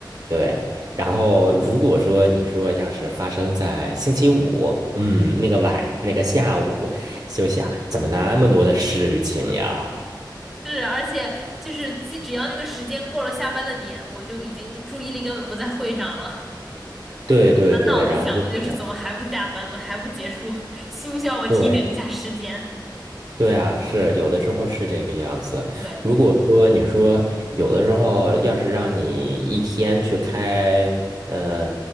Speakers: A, on the right (about 55°); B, in the centre.
A: 对。然后如果说你说要是发生在星期五，嗯，那个晚那个下午，就想怎么那么多的事情呀？
B: 是，而且就是，既只要那个时间过了下班的点，我就已经注意力根本不在会上了。
A: 对对对，
B: 满脑子想的就是怎么还不下班，
A: 然后就想，
B: 怎么还不结束？<laughs> 需不需要我提醒一下时间？
A: 对。对啊，是有的时候是这个样子。
B: 对，
A: 如果说你说有的时候要是让你一天去开呃